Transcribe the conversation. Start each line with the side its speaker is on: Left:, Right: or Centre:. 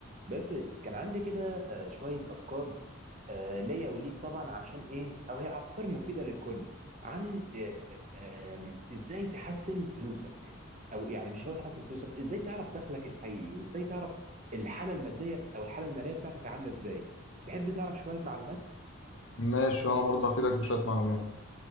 Right: بس كان عندي كده آه، شوية أفكار آه، ليا وليك طبعا عشان إيه أو هي أفكار مفيدة للكل عن آه، آم، إزاي تحسن فلوسك أو يعني مش لو تحسن فلوسك إزاي تعرف دخلك الحقيقي وإزاي تعرف الحالة المادية بت- أو الحالة المالية بتاعتك عاملة إزاي تحب تعرف شوية معلومات
Left: ماشي وانا برضه هفيدك بشويه معلومات